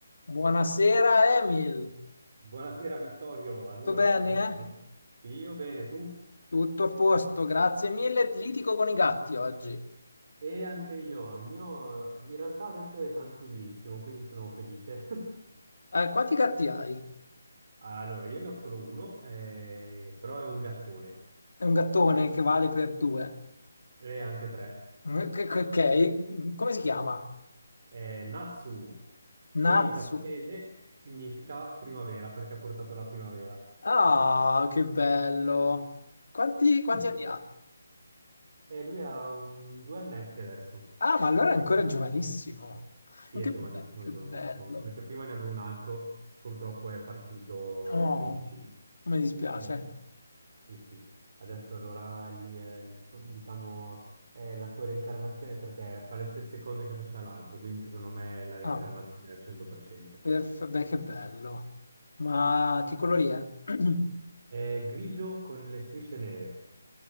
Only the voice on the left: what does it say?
Buonasera Emil,
tutto bene?
eh?
Tutto a posto, grazie mille. Litigo con i gatti oggi.
Eh, quanti gatti hai?
È un gattone che vale per due.
Mm, che- che- Ok, Mm, come si chiama?
Natsu.
Ah, che bello. Quanti,
quanti anni ha?
Ah, ma allora è ancora giovanissimo.
Che,
be- che
bello.
Oh,
mi dispiace.
Ah,
perf- beh, che bello. Ma che colori è? <clears throat>